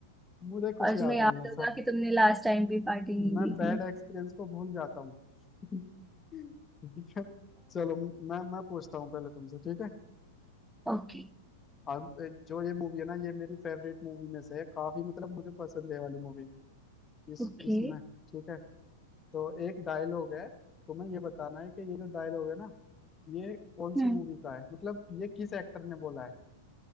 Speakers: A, on the left; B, in the centre.
A: मुझे कुछ
B: और
A: याद
B: तुम्हें याद
A: नहीं है ऐसा
B: होगा कि तुमने लास्ट टाइम भी पार्टी
A: मैं
B: नहीं दी
A: बैड
B: थी
A: एक्सपीरियंस को भूल जाता हूँ <laughs> ठीक है चलो मैं मैं पूछता हूँ पहले तुमसे ठीक है
B: ओके
A: और एक जो ये मूवी है ना ये मेरी फेवरेट मूवी में से है काफी मतलब मुझे पसंद है ये वाली मूवी इस
B: ओके
A: इसमें ठीक है तो एक डायलॉग है तुम्हें ये बताना है कि ये जो डायलॉग है ना ये कौन सी
B: हम्म
A: मूवी का है मतलब ये किस एक्टर ने बोला है